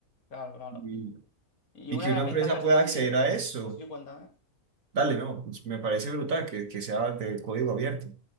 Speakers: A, on the left; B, on the right.
A: Claro, claro.
B: Y,
A: Y
B: y
A: una
B: que
A: de
B: una
A: las
B: empresa
A: ventajas
B: pueda
A: también.
B: acceder a eso,
A: Sí, sí, cuéntame.
B: dale, no, pues me parece brutal que, que sea de código abierto.